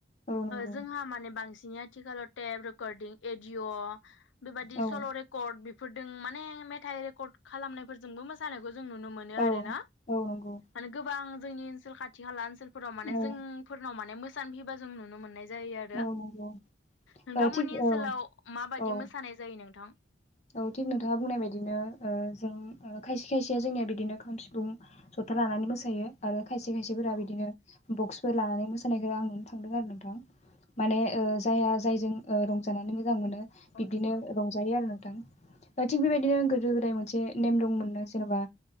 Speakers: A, on the left; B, on the left.
A: औ नंगौ
B: जोंहा माने बांसिन बिनि आथिखालाव टेब रेकर्डिं एडिअ'। बेबायदि
A: औ
B: सल' रेकर्ड बिफ फोरदों माने मेथाइ रेकर्ड खालामनायफोरजोंबो मोसानायखौ जों नुनो मोनो
A: औ
B: आरो ना ।
A: औ नंगौ
B: माने गोबां जोंनि ओनसोल खाथि खाला ओनसोल- फोराव माने
A: औ
B: जोंफोरनाव माने मो थामहिनबा जों नुनो मोननाय जायो आरो।
A: औ नंगौ
B: नोंथांमोननि
A: ओ थिग
B: ओनसोलाव
A: औ
B: माबायदि
A: औ
B: मोसानाय जायो नोंथां?
A: औ थिग नोंथाङा बुंनाय बायदिनो ओ जों खायसे खायसे जोंनिया बिदिनो खाम सिफुं जथा लानानै मोसायो आरो खायसे खायसेफोरा
B: औ
A: बिदिनो बक्सफोर लानानै मोसानायखौ आं नुनो थांदों आरो नोंथां । माने ओ जायहा जायजों ओ रंजानानै मोजां मोनो
B: औ
A: बिब्दिनो
B: नंगौ नोंथां
A: रंजायो आरो नों थिग बेबायदिनो गोदो-गोदाय मोनसे नेम दंमोननो जेनेबा